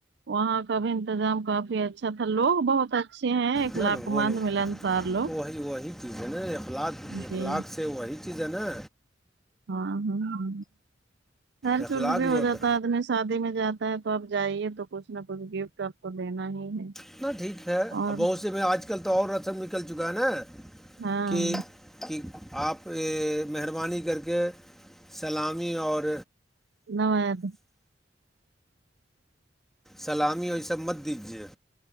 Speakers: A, on the right; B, in the centre.
A: وہاں کا بھی انتظام کافی اچھا تھا لوگ بہت اچا اچھے ہیں ایک
B: نہ نا
A: لق
B: وہ
A: مند
B: لوگ
A: مل انسار لوگ
B: تو وہی وہی چیز ہے نا اخلاق
A: جی
B: اخلاق سے وہی چیز ہے نا
A: ہاں ہاں ہ ہ ہیر
B: اخلاق
A: چورج بھی
B: جو
A: ہو
B: ہوتا
A: جاتا ہے ادنے شادی میں جاتا ہے تو آپ جائیے تو کچھ نہ کچھ گفٹ آپ کو دینا ہی ہے
B: اتنا ٹھیک ہے
A: اور
B: بہت سے میں آج کل تو اور رسم نکل چکا ہے نا
A: ہاں
B: کہ کہ آپ مہربانی کر کے سلامی اور
A: نو یاد
B: سلامی اوری سب مت دیجیے